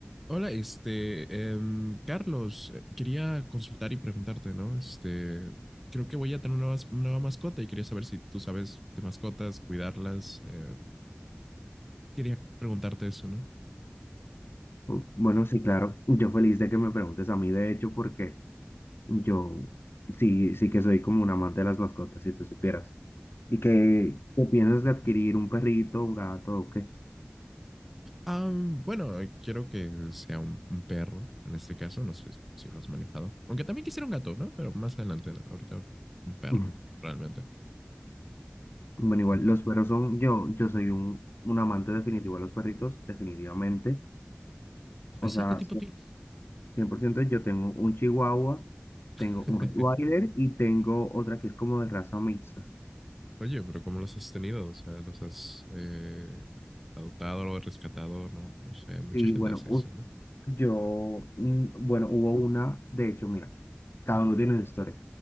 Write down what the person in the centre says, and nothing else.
Hola, este, em, Carlos, eh, quería consultar y preguntarte, ¿no? Este, creo que voy a tener una, mas- nueva mascota y quería saber si tú sabes de mascotas, cuidarlas. eh, quería preguntarte eso, ¿no?
Ah, bueno, eh, quiero que sea un, un perro, en este caso, no sé si lo has manejado. Aunque también quisiera un gato, ¿no? Pero más adelante, ¿no? Ahorita un perro,
realmente.
Así,
¿qué tipo
tienes?
<laughs>
Oye, pero ¿cómo los has tenido? O sea, los has eh, adoptado, o rescatado, no, no sé, mucha
gente
hace eso, ¿no?